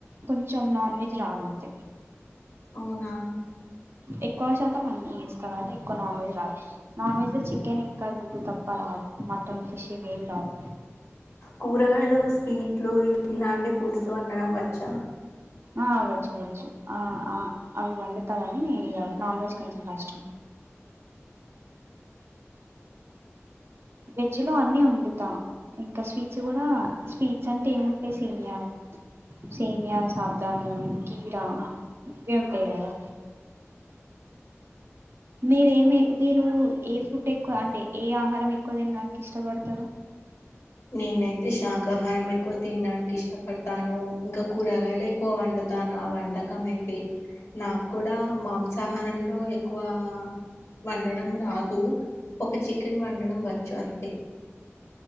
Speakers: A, on the right; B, on the left.
A: కొంచెం నాన్ వెజ్ రావంతే
B: అవునా
A: ఎక్కువ శాతం అట్లా చేస్తాం కానీ ఎక్కువ నాన్ వెజ్ రాదు నాన్ వెెజ్ లో చికెన్ గుడ్డు తప్ప ఇంకా ఇదు తప్ప రాదు మటన్ ఫిష్ ఇవేం రావు
B: కూరగాయలు స్వీట్లు ఇలాంటి ఫుడ్స్ వండడం వచ్చా
A: ఆ అవ్వచ్చు వచ్చు ఆ అవి వండుతా కానీ ఇ నాన్ వెజ్ కొంచెం కష్టం వెజ్ లో అన్నీ వండుతా ఇంకా స్వీట్స్ కూడా స్వీట్స్ అంటే ఏమంటాయి సేమియా సేమియా సావధాను కీరా ఇవే ఉంటాయి కదా మీరేమి మీరు ఏ ఫుడ్ ఎక్కువ అంటే ఏ ఆహారం ఎక్కువ తినడానికి ఇష్టపడతారు
B: నేనైతే శాకాహారం ఎక్కువ తినడానికి ఇష్టపడతాను ఇంకా కు కూరగాయలు ఎక్కువ వండుతాను ఆ వంటకం అది నాకు కూడా మాంసాహారం లో ఎక్కువ వండడం రాదు ఒక చికెన్ మండడం వచ్చు అంతే